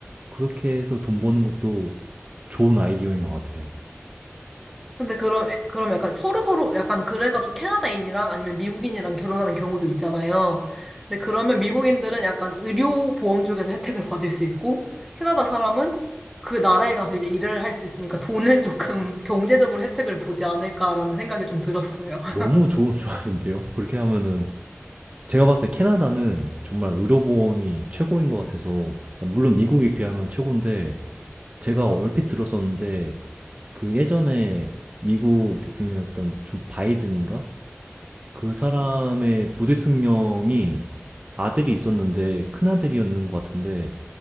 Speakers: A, on the right; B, in the centre.
A: 그렇게 해서 돈 버는 것도 좋은 아이디어인 것 같아요.
B: 근데 그럼 그럼 약간 서로 서로 약간 그래가지고 캐나다인이랑 아니면 미국인이랑 결혼하는 경우도 있잖아요. 근데 그러면 미국인들은 약간 의료 보험 쪽에서 혜택을 받을 수 있고 캐나다 사람은 그 나라에 가서 이제 일을 할 수 있으니까 돈을 <laughs> 조금 경제적으로 혜택을 보지 않을까라는 생각이 좀 들었어요. <laughs>
A: 너무 좋은 <laughs> 조합인데요? 그렇게 하면은 제가 봤을 때 캐나다는 정말 의료보험이 최고인 것 같아서, 그러니까 물론 미국에 비하면 최고인데, 제가 얼핏 들었었는데, 그 예전에 미국 대통령이었던 조 바이든인가? 그 사람의 부대통령이 아들이 있었는데, 큰아들이었는 것 같은데,